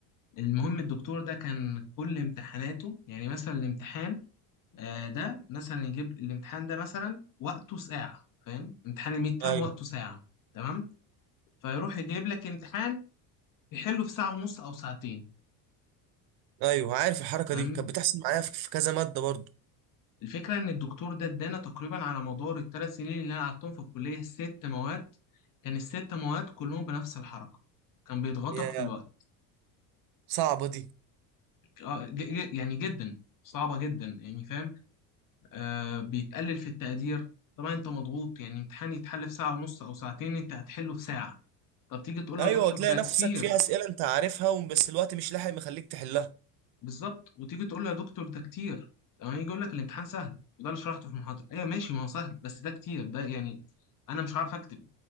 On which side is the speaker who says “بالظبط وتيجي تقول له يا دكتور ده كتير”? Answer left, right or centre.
Left